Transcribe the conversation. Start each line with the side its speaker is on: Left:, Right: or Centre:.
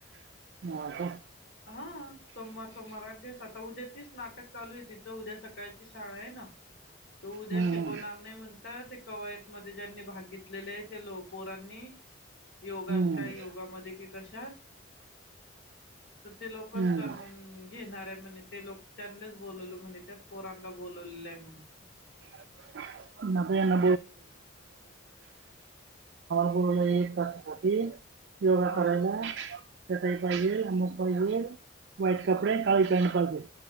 Right: म आता
Left: हा सोमवार सोमवार आठ दिवस आता उद्या तीच नाटक चालू आहे तिचं उद्या सकाळची शाळा आहे ना तो उद्या
Right: हम्म.
Left: शिकवणार नाही म्हण त ते कवायत मध्ये ज्यांनी भाग घेतलेले आहे त्या लो पोरांनी योगात
Right: हम्म.
Left: काय योगामध्ये कि कशात? तर ते लोकच
Right: हम्म.
Left: करनं घेणार म्हणे ते लोक त्यांनलाच बोलवलं म्हणे त्याच पोरांना बोलवलंय म्हण
Right: <unintelligible> आम्हाला बोलवलं एक तासासाठी योगा
Left: हा
Right: करायला चटई पाहिजे आमुक पाहिजे व्हाईट कपडे काळी पॅन्ट पाहिजे.